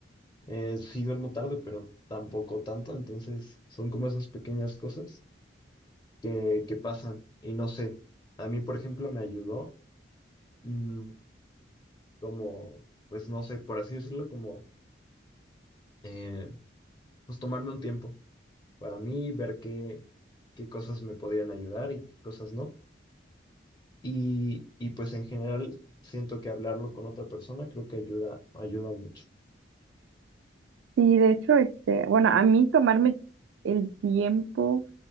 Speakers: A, on the left (about 25°); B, on the right (about 80°).
A: eh, sí duermo tarde, pero tampoco tanto, entonces son como esas pequeñas cosas que, que pasan. Y no sé, a mí por ejemplo me ayudó. mm, como, pues no sé, por así decirlo, como, eh, pues tomarme un tiempo para mí, ver qué, qué cosas me podrían ayudar y qué cosas no. Y, y pues en general siento que hablarlo con otra persona creo que ayuda, ayuda mucho.
B: Y de hecho, este, bueno, a mí tomarme el tiempo,